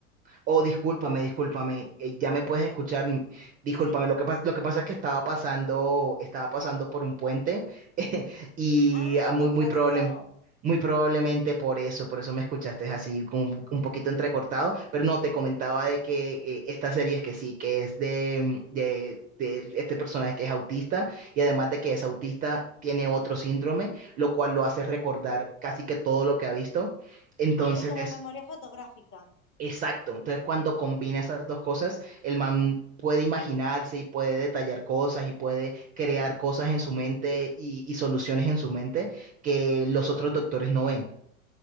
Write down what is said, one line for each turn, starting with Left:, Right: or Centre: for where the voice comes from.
Right: Oh, discúlpame, discúlpame, eh, ya me
Left: Ok.
Right: puedes escuchar. mm, Discúlpame,
Left: Sí, sí.
Right: lo que pasa, lo que pasa es que estaba pasando, estaba pasando por un puente <laughs> y
Left: Ah,
Right: ah, muy,
Left: con razón.
Right: muy probable- muy probablemente por eso, por eso me escuchaste así como un poquito entrecortado, pero no, te comentaba de que eh, esta serie es que sí, que es de, mm, de, de este personaje que es autista y además de que es autista, tiene otro síndrome, lo cual lo hace recordar casi que todo lo que ha visto. Entonces,
Left: Ay, como memoria fotográfica.
Right: Exacto. Entonces, cuando combina esas dos cosas, el man puede imaginarse y puede detallar cosas y puede crear cosas en su mente y, y soluciones en su mente que los otros doctores no ven.